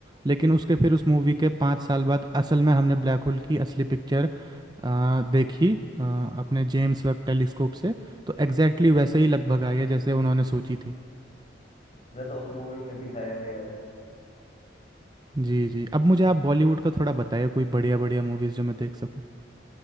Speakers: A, on the right; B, on the left.
A: लेकिन उसके फिर उस मूवी के पाँच साल बाद असल में हमने ब्लैक होल की असली पिक्चर देखी अ, अपने जेम्स वेब टेलीस्कोप से तो एग्जैक्टली exactly वैसे ही लगभग आई है जैसे उन्होंने सोची थी
B: जैसा उस मूवी में दिखाया गया है
A: जी, जी। अब मुझे आप बॉलीवुड का थोड़ा बताइए कोई बढ़िया-बढ़िया मूवीज़ जो मैं देख सकूँ।